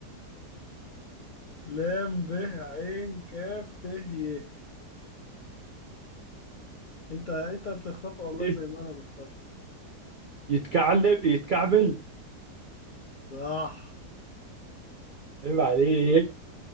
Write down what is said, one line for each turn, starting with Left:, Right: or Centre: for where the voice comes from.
Left: لام ب عين كاف ت ي انت انت بتخطفها والله
Right: إيه؟
Left: زي ما انا بخطفها
Right: يتكعلب يتكعبل
Left: صح
Right: عيب عليك